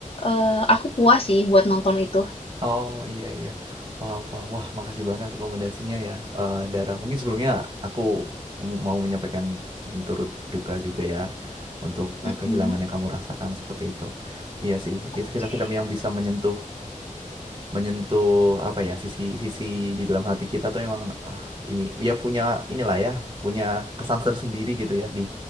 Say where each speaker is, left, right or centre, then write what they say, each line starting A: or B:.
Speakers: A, on the left; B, on the right.
A: eee, aku puas sih buat nonton itu.
B: Oh iya iya paham paham wah makasih banyak rekomendasinya ya eh Dara mungkin sebelumnya aku m- mau menyampaikan turut berduka juga ya untuk
A: Mhm.
B: eh, kehilangan yang kamu rasakan seperti itu iya sih
A: Oke.
B: itu film-film yang bisa menyentuh menyentuh apa ya sisi sisi di dalam hati kita tuh emang ah, ini ya punya inilah ya punya kesan tersendiri gitu ya di